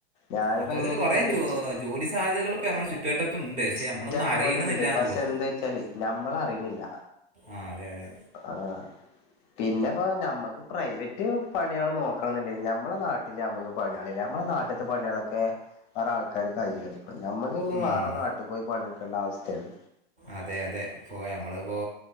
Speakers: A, on the left; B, on the right.
A: ഞാനിപ്പോ
B: അത്തരത്തിൽ
A: എങ്ങനെയെലക്കേജയിച്ച്
B: കുറേ ജോ ജോലി സാധ്യതകള്പ്പോ നമ്മളെ ചുറ്റുവട്ടം തുണ്ട് പക്ഷെനമ്മളൊന്നും
A: ഇഷ്ടം
B: അറിയണന്നില്ലന്നുള്ളൂ
A: പോലെണ്ട് പക്ഷെ എന്താ വെച്ചാല് നമ്മളറിയണില്ല
B: ആഹ് അതെ അതെ
A: ആഹ് പിന്നെപ്പോ നമ്മക്ക് പ്രൈവറ്റ് പണികള്നോക്കണന്ന്ണ്ടെങ്കി നമ്മളെനാ നമ്മള്ക്ക് പണിയെളില്ലനമ്മടെ നാട്ടിത്തെപണിയാളൊക്കെവേറെ ആൾക്കാര്കയ്യെറിും ഞമ്മക്കിനി
B: ഉം.
A: വാറ നാട്ട് പോയി പണി ഇട്ക്കണ്ട അവസ്ഥേണ്
B: അതെ അതെ പോയ നമ്മള് പ്പോ